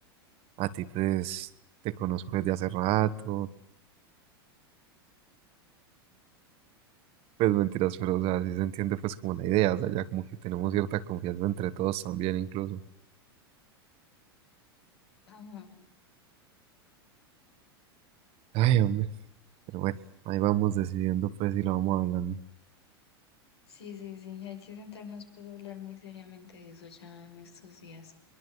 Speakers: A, on the right; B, on the left.
A: A ti, pues, te conozco desde hace rato. Pues mentiras, pero, o sea, sí se entiende, pues, como la idea. O sea, ya como que tenemos cierta confianza entre todos también, incluso.
B: Ajá.
A: Ay, hombre. Pero bueno, ahí vamos decidiendo, pues, si lo vamos hablando.
B: Sí, sí, sí, hay que sentarnos pues a hablar muy seriamente de eso ya en estos días.